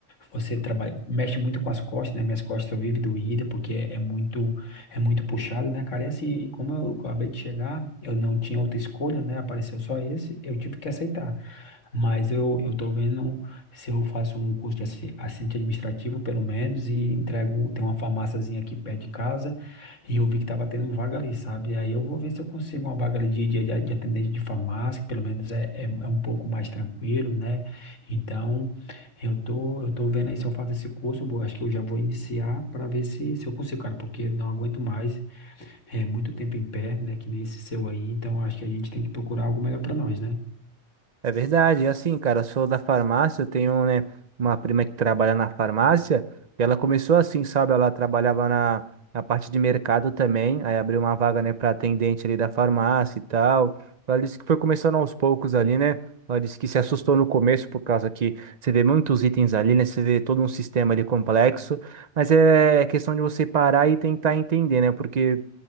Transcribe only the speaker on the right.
É verdade, e assim, cara, eu sou da farmácia, eu tenho, né, uma prima que trabalha na farmácia, e ela começou assim, sabe? Ela trabalhava na, na parte de mercado também, aí abriu uma vaga, né, para atendente ali da farmácia e tal. Ela disse que foi começando aos poucos ali, né? Ela disse que se assustou no começo por causa que você vê muitos itens ali, né? Você vê todo um sistema ali complexo, mas é questão de você parar e tentar entender, né? Porque